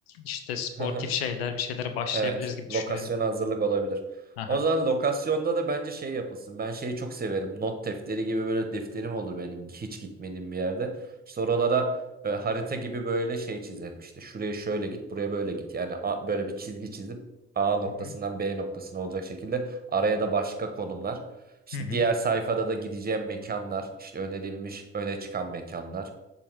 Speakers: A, on the left; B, on the right.
A: işte sportif
B: <laughs>
A: şeyler, bir şeylere başlayabiliriz
B: Evet,
A: gibi düşünüyorum.
B: lokasyona hazırlık olabilir.
A: Aha.
B: O zaman lokasyonda da bence şey yapılsın. Ben şeyi çok severim. Not defteri gibi böyle defterim olur benim hiç gitmediğim bir yerde. İşte oralara e, harita gibi böyle şey çizerim. İşte şuraya şöyle git, buraya böyle git. Yani a- böyle bir çizgi çizip A noktasından
A: Hı hı.
B: B noktasına olacak şekilde araya da başka konumlar. İşte
A: Hı hı.
B: diğer sayfada da gideceğim mekanlar, işte önerilmiş öne çıkan mekanlar.